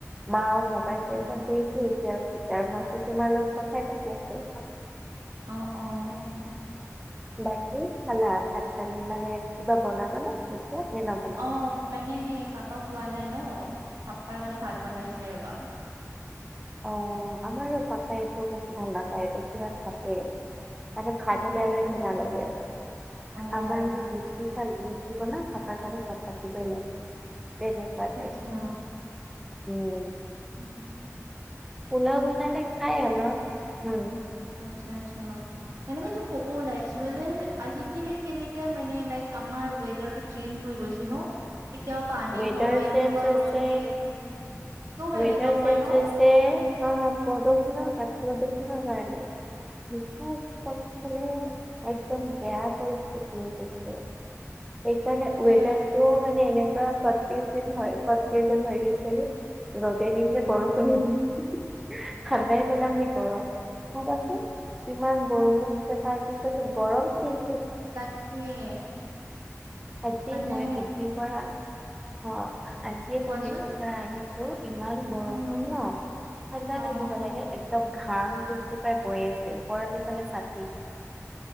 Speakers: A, in the centre; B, on the right (about 90°).
A: মা <unintelligible> মোবাইল
B: আচ্ছা
A: চাই-চাই শুই আছিলো আৰু মাতটো তোমাৰ লগত কথাই পাতি আছে <unintelligible>
B: অঁ অঁহ।
A: বাকী খালা ভাত পানী মানে কিবা বনাবা নে এতিয়া নে নবনোৱা?
B: অ মানে সে পাপা খোৱা নাই ন, পাপাৰ কাৰণে ভাত বনাইছে ৰবা।
A: অ আমাৰো পাপাইও একো ভাল নাপায় বেছিভাগ ভাতে <unintelligible> মানে ভাত
B: সেইটোৱে
A: হ'লে আৰু
B: আছে
A: একো নালাগে।
B: অ
A: আমাৰ
B: অ
A: নো কি? <unintelligible> কি বনাৱ পাপাৰ কাৰণে ভাত পাতিব‌ই লাগিব <unintelligible> তেনেকুৱা
B: আচ্ছা
A: টাইপ, অও।
B: উম।
A: পোলাও বনালে খাই অলপ, উম।
B: আচ্ছা আচ্ছা মানে মই এইটো ক'ব ওলাইছিলো যে আজিকালি কেনেকে মানে লায়েক আমাৰ ৱেডাৰটো চেঞ্জছ হৈ গৈছে ন? কেতিয়া পানী
A: ৱেডাৰ
B: হয়
A: চেঞ্জ
B: কেতিয়াবা
A: হৈছে।
B: ৰ'দ দিয়ে। কিয় বা
A: ৱেডাৰ
B: এনেকা হয়
A: চেঞ্জ
B: ন
A: হৈছে, হা প্ৰদূষণো তাতকৈ অধিক প্ৰদূষণৰ কাৰণে <unintelligible> বিপদ চব ফালে একদম বেয়া পৰিস্থিতি হৈ গৈছে সেইকাৰণে
B: সেইটোৱে
A: ৱেডাৰটো মানে এনেকুৱা কনফিউজ হয়, কনফিউজন হৈ গৈছে ৰ'দেই দিম নে বৰষুণেই
B: উম
A: দিম, ঠাণ্ডাই পেলাম নে গৰম চাবাচোন ইমান বৰষুণ দিছে তাৰপিছতো গৰম কি
B: তাকে
A: আজি
B: মানে
A: মই ডিগ্ৰী পৰা অ আজিয়ে
B: কোৱাচোন
A: মই ডিগ্ৰী পা আহিছো ইমান বৰষুণ
B: হম হম
A: ন, ঠাণ্ডা
B: অ
A: লাগিব লাগে। একদম ঘাম টুপটুপাই পৰি আছে, ওপৰত এফালে ছাতি